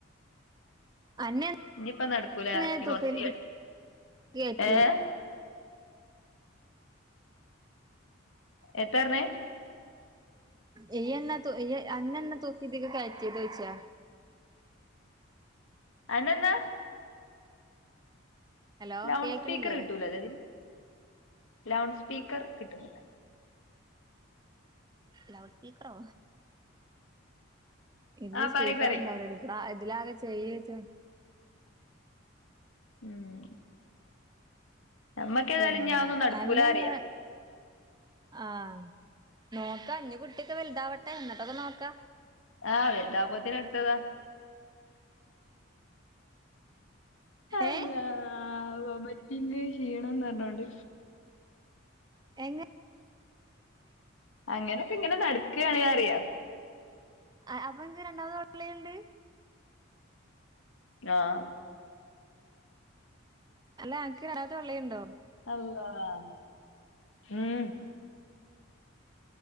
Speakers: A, on the right; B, on the left.
A: അന്നെ
B: ഇഞ്ഞിപ്പ നടക്കൂല
A: അന്നെ
B: ഇനി
A: തുഫയില്
B: കുറച്ച് കയ്യും
A: കയറ്റി
B: ഏഹ എത്തറ്ഞ്ഞേ
A: ഇനി എന്നാ തു അന്ന എന്ന <unintelligible>
B: അനന്നാ
A: ഹലോ
B: ലൗഡ്
A: കേക്കണില്ലേ
B: സ്പീക്കർ കിട്ടൂല ലെ ഇതില് ലൗഡ് സ്പീക്കർ കിട്ടുന്നില്ല
A: ലൗഡ് സ്പീക്കറോ ഇതിൽ
B: ആ
A: സ്പീക്കർ
B: പറി പറി
A: ഉണ്ടാവൂല ടി അ ഇതിലാകെ <unintelligible>
B: ഉമ് നമ്മക്കേ ഏതായാലും
A: പിന്നെ
B: ഇഞ്ജി അത് ഒന്നും നടക്കൂല
A: അന്നെന്ന്
B: അറിയാം
A: ആഹ് നോക്ക ഇഞ്ഞി കുട്ടിയക്കെ വലുതാവട്ടെ എന്നിട്ടൊക്കെ നോക്കാ
B: ആഹ് വലുതാവുമ്പോതിന് അടുത്തതാ അള്ളാ
A: ഏഹ്
B: അമ്മച്ചിക്ക് ക്ഷീണം പറഞ്ഞോണ്ട്
A: എങ്ങനെ
B: അങ്ങനൊക്കെ ഇങ്ങനെ നട്ക്കാണെ അറിയാം
A: ആഹ് അപ്പൊ അനക്ക് രണ്ടാമത് പള്ളയിൽ ഉണ്ട്
B: ആഹ്
A: അല്ല അനക്ക് <unintelligible> പള്ളേണ്ടോ
B: അല്ലാഹ് ഉമ്